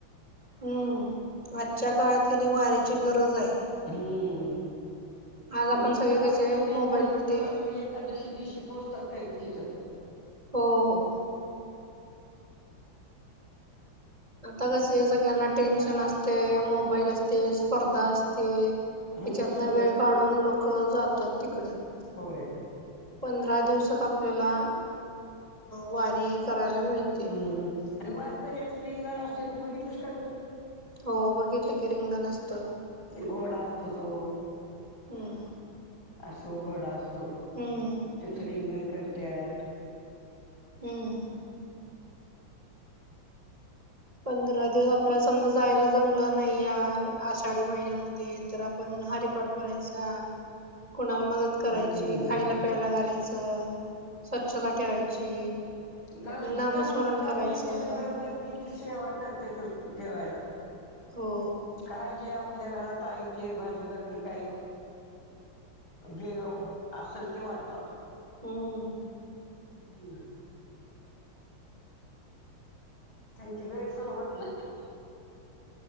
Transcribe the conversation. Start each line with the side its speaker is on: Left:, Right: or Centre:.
Right: हम्म! आजच्या काळात की नी वारीची गरज आहे.
Left: हम्म!
Right: आज आपण
Left: मग
Right: सगळे
Left: मला
Right: कसे
Left: वाटतं इ
Right: मोबाईलमध्ये
Left: ते पंढरपुरात मगं एकादशी दिवशी पोहोचतात काय कि तिथं.
Right: हो हो. आता कसे सगळ्यांना टेन्शन असते. मोबाईल असते. स्पर्धा असते. हेच्यातनं
Left: हम्म
Right: वेळ काढून लोक जातात तिकड.
Left: होय.
Right: पंधरा दिवसात आपल्याला वारी करायला मिळते.
Left: हम्, हम, आणि वारकऱ्याच रिंगण असतं ते बघितल्यास का गं तू?
Right: हो बघितलं की रिंगणच.
Left: गोड असतो तो,
Right: हम्म
Left: असो गोड असतो.
Right: हम्म
Left: त्याच रिंगण करतत.
Right: हम्म! पंधरा दिवस आपल्याला समजा जायला जमलं नाही या आषाढी महिन्यामध्ये तर आपण हरिपाठ म्हणयचा कुणाला मदत करायची,
Left: हम्म
Right: खायला, प्यायला घालायचं, स्वच्छता ठेवायची.
Left: गं जिथं
Right: नामस्मरण
Left: मुक्कामी
Right: करायचं
Left: आहेत तिथं घरोघरी त्यांची सेवा करतेतच जेवायला.
Right: हो
Left: काय जे आपल्या घरात आहे, ते भाजी-भाकरी काय जेव असेल ते वाढतात.
Right: हम्!
Left: हम्म! त्यांची गैरसोय होत नाही.